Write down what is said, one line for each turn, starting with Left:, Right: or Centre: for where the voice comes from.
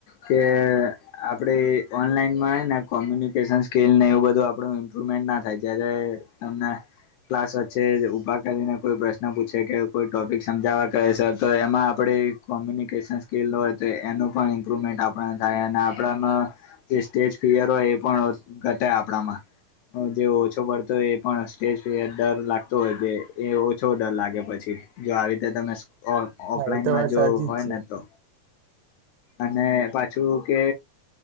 Left: કે આપણે ઓનલાઈનમાં છે ને કોમ્યુનિકેશન સ્કિલને એવું બધું આપણું ઇમ્પ્રુવમેન્ટ ના થાય જ્યારે તમને ક્લાસ વચ્ચે જ ઉભા કરીને કોઈ પ્રશ્ન પૂછે કે કોઈ ટોપિક સમજાવવા કહે સર તો એમાં આપણે કોમ્યુનિકેશન સ્કીલ હોય તો એનું પણ ઇમ્પ્રુવમેન્ટ આપણે થાય અને આપણામાં જે સ્ટેજફિયર હોય એ પણ ઘટે આપણામાં જે ઓછો પડતો હોય એ પણ સ્ટેજફિયર ડર લાગતો હોય કે ઓછો ડર લાગે પછી જો આવી રીતે તમે
Right: હા
Left: ઓફલાઈનમાં
Right: એ તો વાત
Left: જો
Right: સાચી
Left: હોય
Right: જ છે
Left: ને તો અને પાછું કે